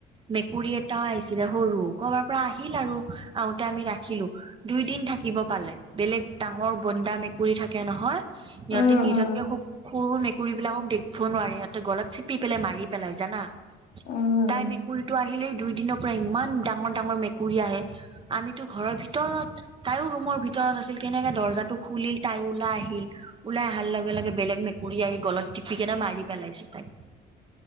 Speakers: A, on the right; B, on the left.
A: মেকুৰী এটাও আহিছিলে সৰু, কৰবাৰ পৰা আহিল আৰু আহোঁতে আমি ৰাখিলোঁ। দুইদিন থাকিব পালে, বেলেগ ডাঙৰ বন্দা মেকুৰী থাকে নহয়। সিহঁতে
B: উম
A: নিজতকে
B: উম
A: সৰু মেকু কুকুৰীবিলাকক দেখিব নোৱাৰি সিহঁতে গল চেপি পেলাই মাৰি পেলাই জানা।
B: উম
A: তাই মেকুৰীটো আহিলেই দুইদিনৰ পৰা ইমান ডাঙৰ-ডাঙৰ মেকুৰী আহে। আমিতো ঘৰৰ ভিতৰত। তাইও ৰুমৰ ভিতৰত আছিল, কেনেকে দৰ্জাটো খুলিল তাই ওলাই আহিল। ওলাই অহাৰ লগে-লগে বেলেগ মেকুৰী আহি গলত টিপিকেনে মাৰি পেলাইছে তাইক।